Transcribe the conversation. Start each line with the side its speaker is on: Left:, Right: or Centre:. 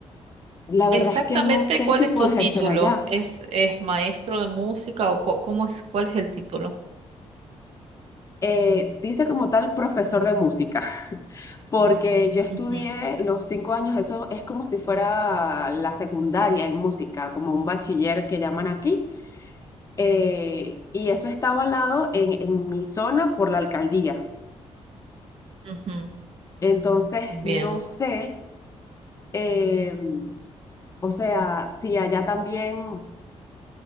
Left: la verdad
Right: Exactamente,
Left: es que no sé
Right: ¿cuál
Left: si
Right: es
Left: puedo
Right: tu
Left: ejercer
Right: título?
Left: allá.
Right: ¿Es, es maestro de música o co- cómo es, cuál es el título?
Left: Eh, dice como tal profesor de música. porque yo estudié
Right: Ujú,
Left: los cinco años, eso es como si fuera la secundaria en música, como un bachiller que llaman aquí, eh, y eso está avalado en, en mi zona por la alcaldía.
Right: ujú.
Left: Entonces,
Right: Bien,
Left: no sé, eh, o sea, si allá también